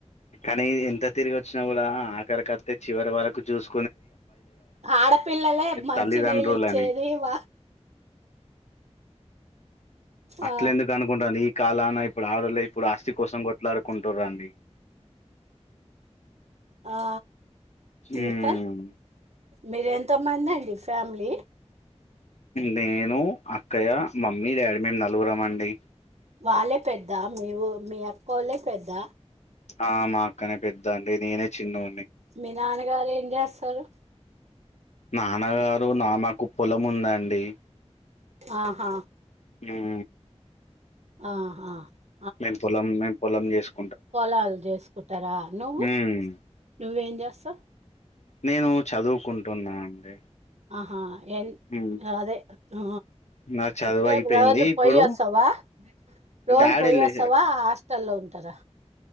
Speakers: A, on the left; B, on the right.
A: కానీ ఎంత తిరిగి వచ్చినా కూడా ఆఖరి అత్తే చివరి వరకు చూసు
B: ఆడపిల్లలే మంచి
A: తల్లిదండ్రులని
B: నీళ్ళు ఇచ్చేది వా
A: అట్ల
B: ఆ
A: ఎందుకు అనుకుంటరండి ఈ కాలాన ఇప్ ప్పుడు ఆడలే ఇప్పుడు ఆస్తి కోసం కొట్లాడు కుంటూరండి
B: ఆ
A: ఉమ్
B: ఇంకా మీరెంత్ తమంది అండి ఫ్యామిలీ
A: నేను, అక్కయ్య, మమ్మీ, డాడీ మేము నలుగురము అండి
B: వాళ్ళే పెద్ద మీవు మీ అక్కోలే పెద్ద
A: ఆ మా అక్కనే పెద్దా అండి నేనే చిన్నొ
B: మీ నాన్న గారు ఏం చేస్తరు
A: నాన్నగారు నాన్నకు పొలం ఉందండి
B: ఆ హా
A: హ్మూ
B: ఆ హా
A: మేము పొలం మేము పొలం చేసుకు
B: పొలాలు చేసుకుటారా నువ్వు
A: మ్మ్.
B: నువ్వేం చేస్తవ్
A: నేను చదువుకుంటున్నా అండి
B: ఆ హా ఎన్
A: మ్మ్.
B: అదే ఆ
A: నా చదువు
B: ఎక్కడ
A: అయిపోయింది
B: రోజు
A: ఇప్పుడు
B: పొయ్యి వస్తావా రోజు
A: డాడీ
B: పొయ్యి
A: లే
B: వస్తావా ఆ హాస్టల్లో ఉంటరా?